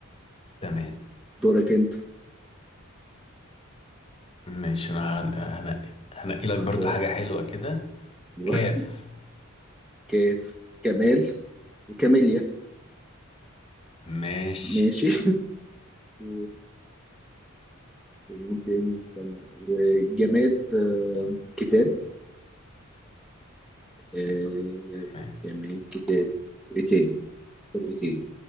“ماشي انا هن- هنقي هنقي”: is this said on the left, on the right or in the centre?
Left